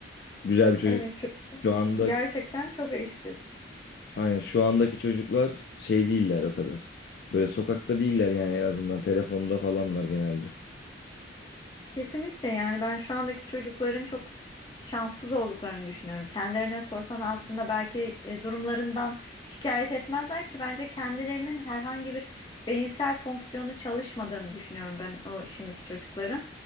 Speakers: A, on the left (about 55°); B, on the left (about 25°).
A: Güzel bir çocuk.
B: Evet, ço-
A: Şu andaki,
B: gerçekten çok eşsiz.
A: aynen şu andaki çocuklar şey değiller o kadar. Böyle sokakta değiller yani en azından telefonda falanlar genelde.
B: Kesinlikle yani ben şu andaki çocukların çok şanssız olduklarını düşünüyorum. Kendilerine sorsan aslında belki e, durumlarından şikayet etmezler ki bence kendilerinin herhangi bir beyinsel fonksiyonu çalışmadığını düşünüyorum ben o şimdiki çocukların.